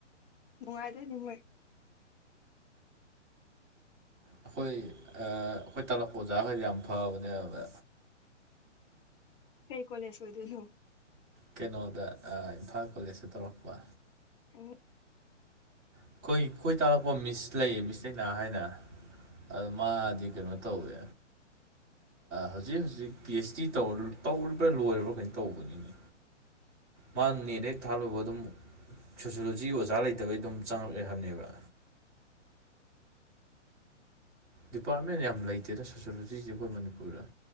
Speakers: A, on the left; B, in the centre.
A: ꯅꯨꯡꯉꯥꯏꯖ ꯅꯨꯃꯤꯣꯏ
B: ꯑꯩꯈꯣꯏ ꯑꯩꯈꯣꯏ ꯇꯥꯂꯛꯄ ꯑꯣꯖꯥꯈꯩꯗꯤ ꯌꯥꯝ ꯐꯕꯅꯦꯕ
A: ꯀꯣꯂꯦꯁ ꯑꯣꯏꯣꯏꯗꯨꯅꯣ
B: ꯀꯩꯅꯣꯗ ꯏꯝꯐꯥꯜ ꯀꯣꯂꯦꯖꯇ ꯇꯧꯔꯛꯄ
A: ꯑꯣ
B: ꯑꯩꯈꯣꯏ ꯈꯣꯏ ꯇꯥꯛꯂꯛꯄ ꯃꯤꯁ ꯂꯩꯌꯦ ꯃꯤꯁ ꯂꯩꯅꯥ ꯍꯥꯏꯅ ꯑ ꯃꯥꯗꯤ ꯀꯩꯅꯣ ꯇꯧꯋꯦ ꯍꯧꯖꯤꯛ ꯍꯧꯖꯤꯛ ꯄꯤ ꯑꯩꯆ ꯗꯤ ꯇꯧꯔꯤꯕ꯭ꯔꯥ ꯂꯣꯏꯔꯕ꯭ꯔꯥ ꯀꯩꯅꯣ ꯇꯧꯕꯅꯤꯅꯦ ꯃꯥꯅ ꯅꯦꯠ ꯍꯦꯛ ꯊꯥꯜꯂꯨꯕ ꯑꯗꯨꯝ ꯁꯣꯁꯤꯌꯣꯂꯣꯖꯤ ꯑꯣꯖꯥ ꯂꯩꯇꯕꯩ ꯑꯗꯨꯝ ꯆꯪꯉꯛꯑꯦ ꯍꯥꯏꯕꯅꯦꯕ ꯗꯤꯄꯥꯔꯠꯃꯦꯟ ꯌꯥꯝ ꯂꯩꯇꯦꯅ ꯁꯣꯁꯣꯂꯣꯖꯤꯁꯦ ꯑꯩꯈꯣꯏ ꯃꯅꯤꯄꯨꯔꯗ